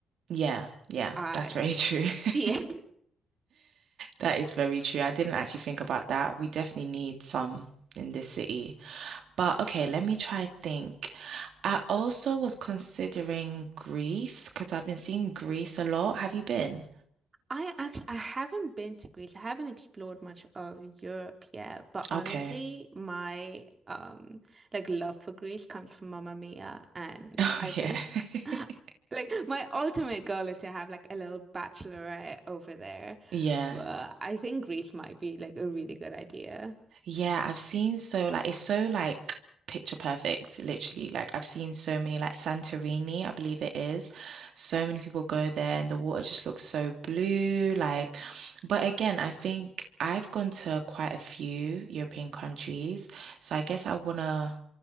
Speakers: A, on the right; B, on the right.
A: Yeah, yeah,
B: I
A: that's very true. <laughs>
B: <laughs> yeah.
A: That is very true. I didn't actually think about that. We definitely need some in this city. But okay, let me try think. I also was considering Greece because I've been seeing Greece a lot. Have you been?
B: I actually I haven't been to Greece. I haven't explored much of Europe yet, but
A: Okay.
B: honestly,
A: <laughs>
B: my um like love for Greece comes from Mamma Mia, and
A: Oh
B: I think
A: yeah. <laughs>
B: <gasps> <laughs> like my ultimate goal is to have like a little bachelorette over there.
A: Yeah.
B: But I think Greece might be like a really good idea.
A: Yeah, I've seen so like it's so like picture perfect, literally. Like I've seen so many like Santorini, I believe it is. So many people go there and the water just looks so blue, like but again, I think I've gone to quite a few European countries, so I guess I wanna